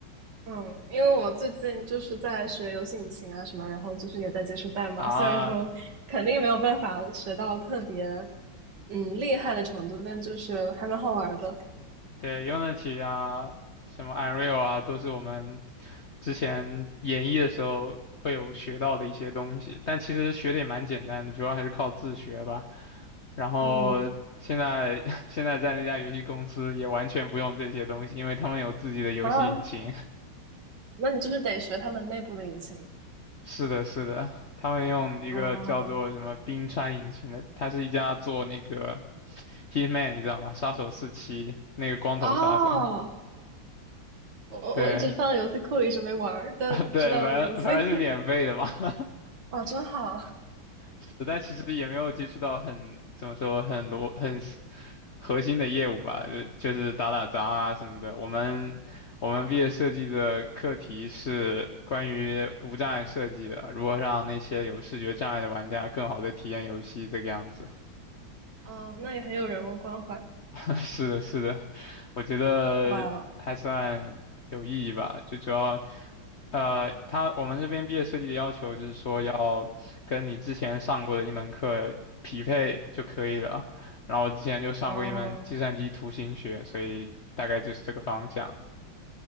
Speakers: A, on the right (about 60°); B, on the left (about 50°).
A: 嗯，因为我最近就是在学游戏引擎啊什么，然后就是也在接触代码。
B: 啊。
A: 虽然说肯定没有办法学到特别嗯厉害的程度，但就是还蛮好玩儿的。
B: 对，Unity 啊，什么 Unreal 啊，都是我们之前演绎的时候会有学到的一些东西，但其实学的也蛮简单的，主要还是靠自学吧。然后现在
A: 嗯
B: <laughs> 现在在那家游戏公司也完全不用这些东西，因为他们有自己的游戏引擎。
A: 啊，那你就是得学他们内部的引擎。
B: <laughs> 是的，是的，他们用一个叫做什么冰川引擎的，
A: 哦
B: 它是一家做那个 Hitman，你知道吗？杀手四七那个光头杀手，
A: 哦，我我一直放在游戏库里，
B: 对。
A: 一直没玩儿但知道那个游戏。
B: <laughs> 对，反正反正是免费的嘛。
A: <laughs>
B: <laughs>
A: 哇，真好。
B: 是但其实也没有接触到很怎么说很多很核心的业务吧，呃就是打打杂啊什么的。我们我们毕业设计的课题是关于无障碍设计的，如何让那些有视觉障碍的玩家更好的体验游戏，这个样子。
A: 嗯，那也很有人文关怀。
B: <laughs> 是的，是的，我觉得还算有意义吧，
A: 哇，
B: 就主要呃，他我们这边毕业设计的要求就是说要跟你之前上过的一门课匹配就可以了。然后我之前就上过一门计算机图形学，
A: 哦，哦
B: 所以大概就是这个方向。